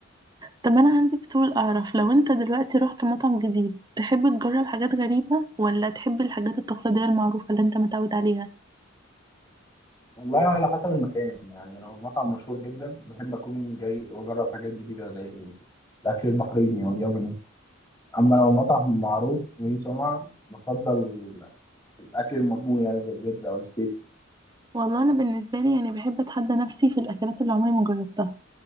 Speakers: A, on the right; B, on the left.
A: طب انا عندي فضول اعرف لو انت دلوقتي رحت مطعم جديد تحب تجرب حاجات غريبه ولا تحب الحاجات التقليديه المعروفه اللي انت متعود عليها
B: والله على حسب المكان يعني لو مطعم مشهور جدا بحب أكون جاي وأجرب حاجات جديدة زي ال- الأكل البحريني أو الياباني أما لو مطعم معروف وليه سمعة بفضل الأكل المضمون يعني زي البيتزا أو الستيك
A: والله انا بالنسبه لي يعني بحب اتحدى نفسي في الاكلات اللي عمري ما جربتها